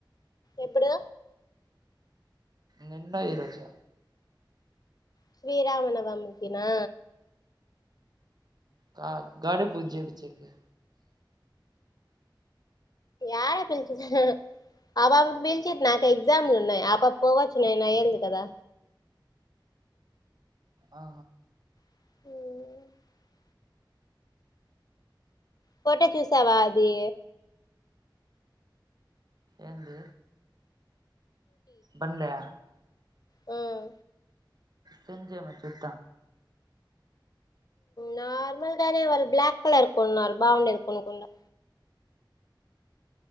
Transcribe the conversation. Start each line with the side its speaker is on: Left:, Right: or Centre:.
Left: ఎప్పుడు
Right: నిన్న ఈ రోజు
Left: శ్రీరామనవమి కినా
Right: కాదు గాడి పూజ చెపిచ్చే కి
Left: ఏల పిలిచేది ఆదివారం నుంచి నాకు ఎగ్జామ్లు ఉన్నాయి ఆ పాప పోవచ్చు నేనా అయ్యలేదు కదా
Right: ఆ
Left: హ్మ్మ్ ఫోటో చూసావా అది
Right: ఏంది బండా
Left: హ్మ్మ్
Right: సెండ్ చేయమను చూత్తా
Left: నార్మల్ గానే వాళ్ళు బ్లాక్ కలర్ కొన్నారు బాగుండేది కొనకుండా